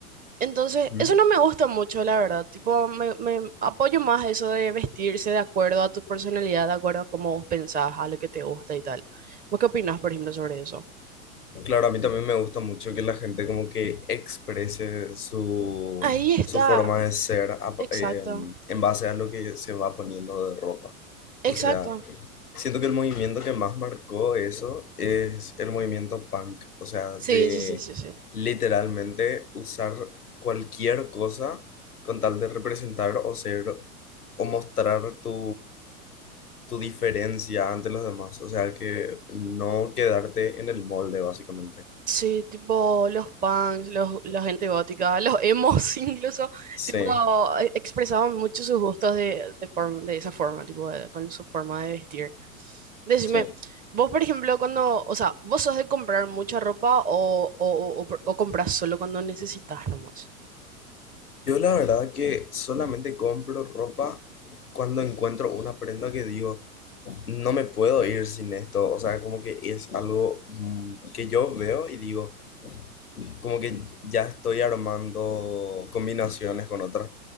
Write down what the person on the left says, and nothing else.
Ujú.
Claro, a mí también me gusta mucho que la gente como que exprese su,
su forma de ser a-
eh, en base a lo que se va poniendo de ropa.
O sea, Siento que el movimiento que más marcó eso es el movimiento punk, o sea,
de
literalmente usar cualquier cosa con tal de representar o ser o mostrar tu, tu diferencia ante los demás, o sea, que no quedarte en el molde, básicamente.
Sí,
sí.
Yo la verdad que solamente compro ropa cuando encuentro una prenda que digo, no me puedo ir sin esto, o sea, como que es algo mm, que yo veo y digo, como que ya estoy armando combinaciones con otras,